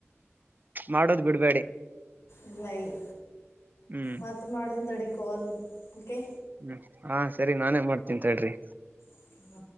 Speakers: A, on the right; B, on the left.
A: ಮಾಡೋದು ಬಿಡ್ಬೇಡಿ
B: ಇಲ್ಲ ಇಲ್ಲ
A: ಹ್ಮ್
B: ಮತ್ತ ಮಾಡ್ತೀನಿ ತಡಿ ಕಲ್ ಓಕೆ
A: ಹ್ಮ್ ಹಾ ಸರಿ ನಾನೇ ಮಾಡ್ತೀನ್ಂತ ತಡ್ರಿ
B: ಹ